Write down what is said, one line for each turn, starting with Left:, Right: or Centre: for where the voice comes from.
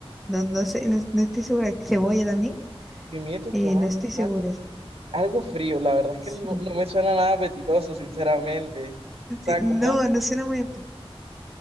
Centre: No, no sé, no, no estoy segura. Cebolla también.
Right: Pimientos,
Centre: Eh,
Right: tomates,
Centre: no estoy segura.
Right: pana.
Centre: Sí.
Right: Algo frío, la verdad es
Centre: Sí.
Right: que no, no me suena nada apetitoso, sinceramente. O sea,
Centre: Sí, No,
Right: como,
Centre: no suena muy apetitoso.